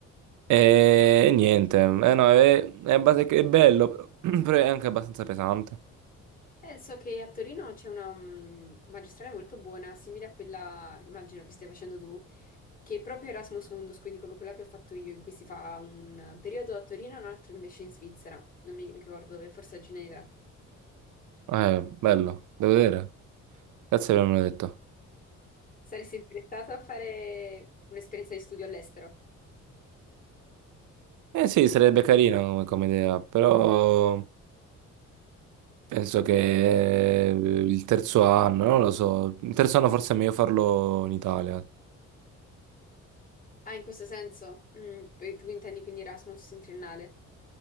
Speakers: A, on the right; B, on the left.
A: E niente, eh no, è, è abbas- è bello, però <clears throat> però è anche abbastanza pesante.
B: Eh, so che a Torino c'è una mm, magistrale molto buona, simile a quella, immagino, che stai facendo tu, che è proprio Erasmus Mundus, quindi come quella che ho fatto io, in cui si fa un periodo a Torino e un altro invece in Svizzera, non mi ricordo dove, forse a Ginevra.
A: Eh, bello, devo vedere. Grazie per avermelo detto.
B: Saresti interessato a fare un'esperienza di studio all'estero?
A: Eh sì, sarebbe carina come, come idea, però penso che eh, il terzo anno, non lo so. Il terzo anno forse è meglio farlo in Italia.
B: Ah, in questo senso? Mm, tu intendi quindi Erasmus in triennale?